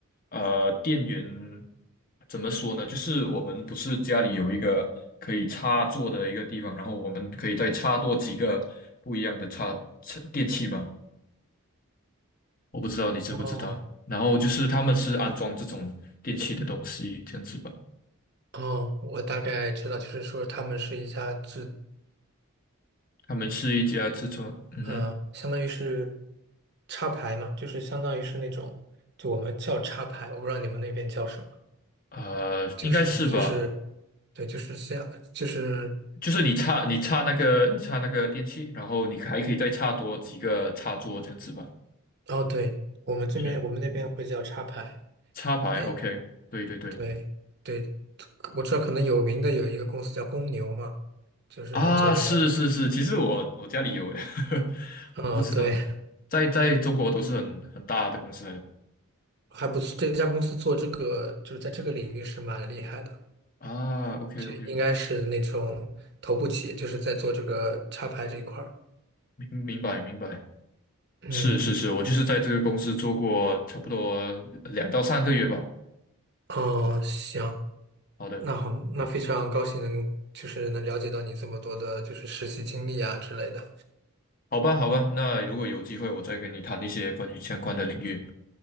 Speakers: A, on the left; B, on the right.
A: 呃，电源怎么说呢？就是我们不是家里有一个可以插座的一个地方，然后我们可以再插多几个不一样的插插电器吧。我不知道你知不知道。
B: 哦
A: 然后就是他们是安装这种电器的东西，这样子吧。
B: 哦，我大概知道，就是说他们是一家制。
A: 他们是一家制作，嗯哼，
B: 呃，相当于是插排嘛，就是相当于是那种，就我们叫插排，我不知道你们那边叫什么，
A: 呃，
B: 就是就是，
A: 应该是吧。
B: 对，就是这样，就是，
A: 就是你插你插那个你插那个电器，然后你还可以再插多几个插座，这样子吧。
B: 哦，对，我们这边我们那边会叫插排，
A: 是插排，OK，
B: 哎，
A: 对对对。
B: 对对，我知道可能有名的有一个公司叫公牛嘛，就是做这个的，
A: 啊，是是是，其实我我家里有诶，<laughs>
B: 嗯，
A: 不知道，
B: 对，
A: 在在中国都是很很大的公司来的
B: 还不错，这家公司做这个就是在这个领域是蛮厉害的，
A: 啊。OK
B: 就应该是那种头部企业，
A: OK，
B: 就是在做这个插排这一块儿，
A: 明明白明白，
B: 嗯。
A: 是是是，我就是在这个公司做过差不多两到三个月吧。
B: 哦，行，
A: 好的，
B: 那好，那非常高兴能就是能了解到你这么多的，就是实习经历啊之类的。
A: 好吧好吧，那如果有机会，我再跟你谈一些关于相关的领域。